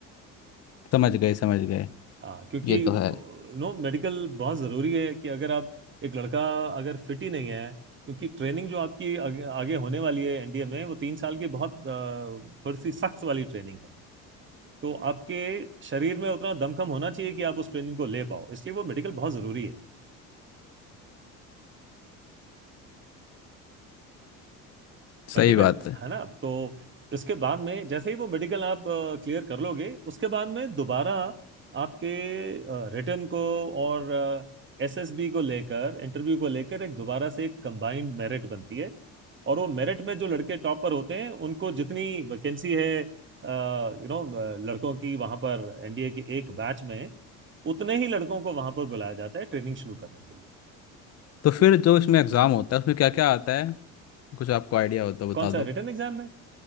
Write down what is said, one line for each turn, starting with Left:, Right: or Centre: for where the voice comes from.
Left: समझ गए समझ गए
Right: हाँ क्योंकि
Left: ये
Right: यू
Left: तो है
Right: नो मेडिकल बहुत ज़रूरी है कि अगर आप एक लड़का अगर फिट ही नहीं है क्योंकि ट्रेनिंग जो आपकी आगे, आगे होने वाली है एनडीए में वो तीन साल की बहुत अ, थोड़ी सी सख्त वाली ट्रेनिंग है तो आपके शरीर में उतना दमखम होना चाहिए कि आप उस ट्रेनिंग को ले पाओ इसलिए वो मेडिकल बहुत ज़रूरी है
Left: सही
Right: बंटी मेरी
Left: बात है
Right: है ना तो इसके बाद में जैसे ही वो मेडिकल आप क्लियर कर लोगे उसके बाद में दोबारा आपके रिटर्न को और एसएसबी को लेकर इंटरव्यू को लेकर एक दोबारा से एक कंबाइंड मेरिट बनती है और वो मेरिट में जो लड़के टॉप पर होते हैं उनको जितनी वैकेंसी है यू नो लड़कों की वहां पर एनडीए की एक बैच में उतने ही लड़कों को वहां पर बुलाया जाता है ट्रेनिंग शुरू करने के लिए
Left: तो फिर जो इसमें एग्ज़ाम होता है उसमें क्या क्या आता है कुछ आपको आइडिया होता है बता
Right: कौन सा
Left: दो
Right: रिटर्न एग्जाम में